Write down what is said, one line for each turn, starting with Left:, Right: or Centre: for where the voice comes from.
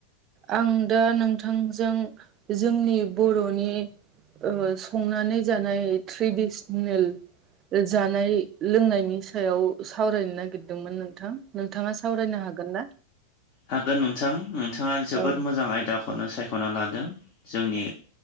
Right: आं दा नोंथांजों जोंनि बर'नि ओ संनानै जानाय ट्रेडिसनेल जानाय लोंनायनि सायाव सावरायनो नागिरदोंमोन नोंथां नोंथाङा सावरायनो हागोन ना?
Left: हागोन नोंथां नोंथाङा जोबोद
Right: औ
Left: मोजां आयदाखौ खौनो सायख'ना लादों जोंनि